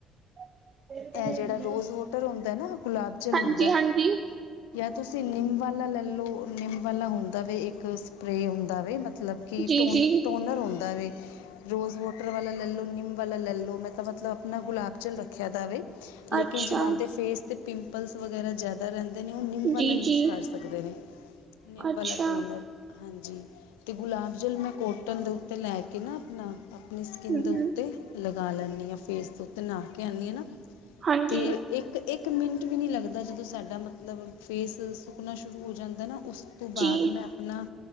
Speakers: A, on the right; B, on the left.
A: <inaudible>
B: ਇਹ ਜਿਹੜਾ ਰੋਜ਼ ਵੋਟਰ ਹੁੰਦਾ ਨਾ, ਗੁਲਾਬ ਜਲ
A: ਹਾਂਜੀ-ਹਾਂਜੀ,
B: ਹੁੰਦਾ, ਜਾਂ ਤੁਸੀਂ ਨਿੰਮ ਵਾਲਾ ਲੈ ਲਓ। ਨਿੰਮ ਵਾਲਾ ਹੁੰਦਾ ਵੇ ਇੱਕਸ ਟਰੇ ਹੁੰਦਾ ਵੇ, ਮਤਲਬ ਕਿ
A: ਜੀ-ਜੀ,
B: ਟੋਨਰ ਹੁੰਦਾ ਵੇ। ਰੋਜ਼ ਵੋਟਰ ਵਾਲਾ ਲੈ ਲਓ, ਨਿੰਮ ਵਾਲਾ ਲੈ ਲਉ, ਮੈਂ ਤਾਂ ਮਤਲਬ ਆਪਣਾ ਗੁਲਾਬਜਲ ਰੱਖਿਆ ਦਾ ਵੇ। ਲੇਕਿਨ
A: ਅੱਛਾ,
B: ਜਿਨ੍ਹਾਂ ਦੇ ਫੇਸ 'ਤੇ ਪਿੰਪਲਸ ਵਗੈਰਾ ਜ਼ਿਆਦਾ ਰਹਿੰਦੇ ਨੇ, ਉਹ ਨਿੰਮ ਵਾਲਾ
A: ਜੀ-ਜੀ,
B: ਯੂਜ਼ ਕਰ ਸਕ ਸਕਦੇ ਨੇ, ਨਿੰਮ
A: ਅੱਛਾ,
B: ਵਾਲਾ ਟੋਨਰ। ਹਾਂਜੀ, ਤੇ ਗੁਲਾਬ ਜਲ ਮੈਂ ਕੋਟਨ ਦੇ ਉੱਤੇ ਲੈ ਕੇ ਨਾ ਆਪਣਾ ਆਪਣੀ ਸਕਿੰਨ
A: ਹੂੰ,
B: ਦੇ ਉੱਤੇ ਲਗਾ ਲੈਂਦੀ ਹਾਂ ਫੇਸ ਦੇ ਉੱਤੇ, ਨਹਾ ਕੇ ਆਉਂਦੀ ਹਾਂ ਨਾ
A: ਹਾਂਜੀ,
B: ਤੇ- ਇੱਕ-ਇੱਕ ਮਿੰਟ ਵੀ ਨਹੀਂ ਲੱਗਦਾ, ਜਦੋਂ ਸਾਡਾ ਮਤਲਬ ਫੇਸ ਸੁੱਕਣਾ ਸ਼ੁਰੂ ਹੋ ਜਾਂਦਾ ਨਾ ਉਸ ਤੋਂ
A: ਜੀ,
B: ਬਾਅਦ ਮੈਂ ਆਪਣਾ